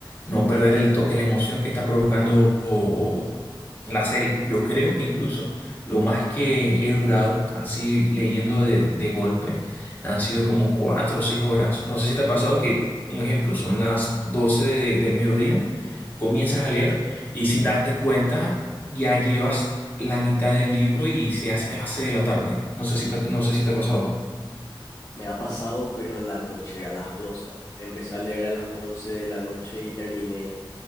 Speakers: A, on the left; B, on the left.
A: no perder el toque, la emoción que está provocando o, la serie. Yo creo que incluso lo más que he durado así leyendo de, de golpe han sido como cuatro o seis horas. No sé si te ha pasado que, un ejemplo, son las 12 de- del mediodía comienzas a leer y sin darte cuenta, ya llevas la mitad del libro y se hace a las 6 de la tarde. No sé si te, no sé si te ha pasado.
B: Me ha pasado, pero en la noche, a las dos Empecé a leer a las 11 de la noche y terminé.